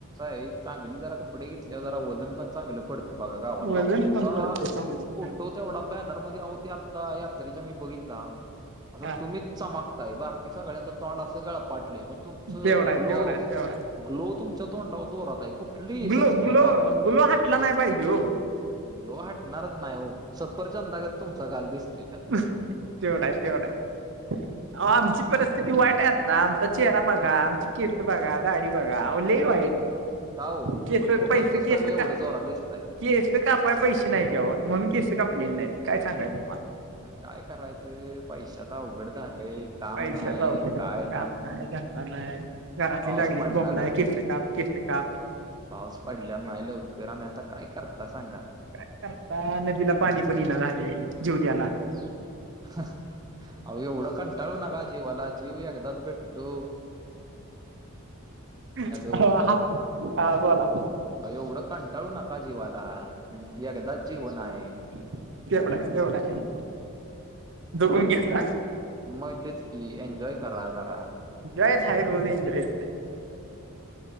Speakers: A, on the right; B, on the right.
A: हे चांगली जरा कपडे घेतल्यावर जरा वजन पण चांगलं पड बघा गावात
B: वजन
A: आहो तुमचा
B: पण पडतंय चांगलं
A: फोटोत. तेवढा बॅनर मध्ये आहों आता यात्रेच्या मी बघितला अहो
B: हा
A: तुम्हीच चमक ते बाकी सगळ्यांच तोंड असं गळ पाटले पण तुमचं
B: तेवढा आहे
A: ग्लो.
B: तेवढा आहे तेवढा
A: ग्लो तुमच्या तोंडावर जोरात हाय, कुठली
B: आहे ग्लो
A: सनस्क्रीन
B: ग्लो
A: वापरता.
B: ग्लो हटला नाही पाहिजे हो
A: ग्लो हटणारच नाही हो, सफरचंदागत तुमचा गाल दिसतोय त्यात.
B: तेवढ आय, तेवढ आय. आहो आमची परिस्थिती वाईट आहे. आता आमचा चेहरा बघा आमची केस बघा दाडी बघा अवो लय वाईट.
A: का हो
B: केस
A: पण फोटोत
B: पैसे
A: कस
B: केस
A: काय मग एवढं
B: का
A: जोरात दिसताय.
B: केस कापाय पैसे नाहीती. आव म्हणून केस कापलेली नाहीती काय सांगायचं तुमाला.
A: काय करायचं, पैशाचं अवघड झालंय. काम
B: पैशाचं
A: नाही
B: अवघड हाय.
A: काय
B: काम नाही धंदा नाही घरातली
A: पाऊस पडला
B: बोंबला
A: नाही
B: लागलीत केस काप. केस काप.
A: पाऊस पडल्याला नाही लवकर आणि आता काय करता सांगा.
B: काय करता नदीला पाणी पण येईना झाले जीव द्याला.
A: <inaudible> अवो एवढ कंटाळू नका जीवला जीव एकदाच भेटतो.
B: <unintelligible>
A: हॅलो
B: बोला.
A: अ एवढं कंटाळू नका जीवाला एकदाच जीवन आहे.
B: <unintelligible> तेवढ हाय तेवढ हाय जगून घ्या.
A: मग तेच की एन्जॉय करा जरा.
B: एन्जॉयच हाय रोज एन्जॉयस आहे.